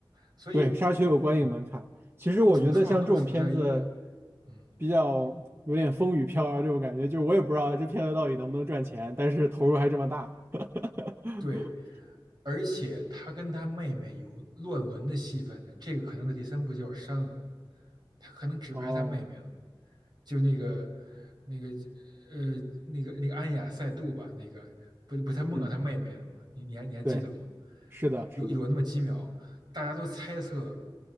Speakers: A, on the right (about 55°); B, on the right (about 25°).
A: 所以
B: 对，《沙丘》有观影门槛。其实我觉得像这种片子，
A: 主创都处在一个嗯
B: 比较有点风雨飘摇这种感觉，就是我也不知道这片子到底能不能赚钱，但是投入还这么大。<laughs>
A: 对，而且他跟他妹妹有乱伦的戏份呢，这个可能在第三部就要删了，他可能只拍他妹妹了，
B: 哦，
A: 就那个那个呃那个那个安雅塞杜吧，那个不不他梦到他妹妹了吗？
B: 嗯，
A: 你你还你还记得吗？
B: 对，是的，是的，
A: 有有那么几秒，大家都猜测